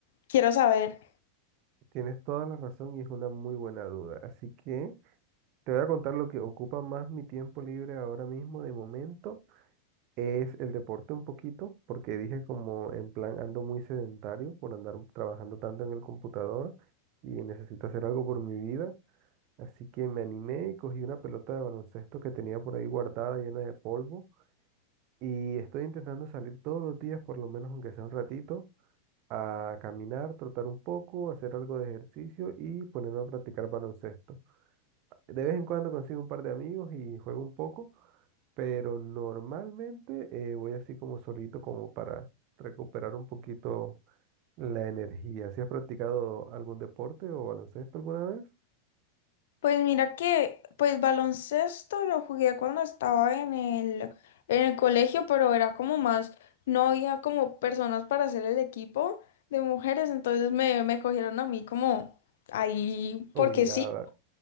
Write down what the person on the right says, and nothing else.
Tienes toda la razón y es una muy buena duda. Así que te voy a contar lo que ocupa más mi tiempo libre ahora mismo de momento. Es el deporte un poquito, porque dije como en plan ando muy sedentario por andar trabajando tanto en el computador y necesito hacer algo por mi vida. Así que me animé y cogí una pelota de baloncesto que tenía por ahí guardada llena de polvo y estoy intentando salir todos los días por lo menos aunque sea un ratito. a caminar, trotar un poco, hacer algo de ejercicio y ponerme a practicar baloncesto. De vez en cuando consigo un par de amigos y juego un poco, pero normalmente eh, voy así como solito como para recuperar un poquito la energía. ¿Si has practicado algún deporte o baloncesto alguna vez?
Obligada.